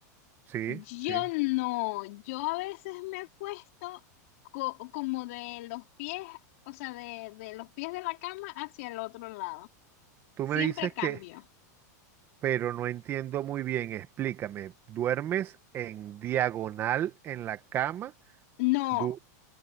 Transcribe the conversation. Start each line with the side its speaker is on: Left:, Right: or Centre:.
Right: Sí,
Left: Yo
Right: sí.
Left: no, yo a veces me acuesto co- como de los pies, o sea, de, de los pies de la cama hacia el otro lado.
Right: Tú
Left: Siempre
Right: me dices
Left: cambio.
Right: que, pero no entiendo muy bien. Explícame. ¿Duermes en diagonal en la cama?
Left: No,
Right: Du-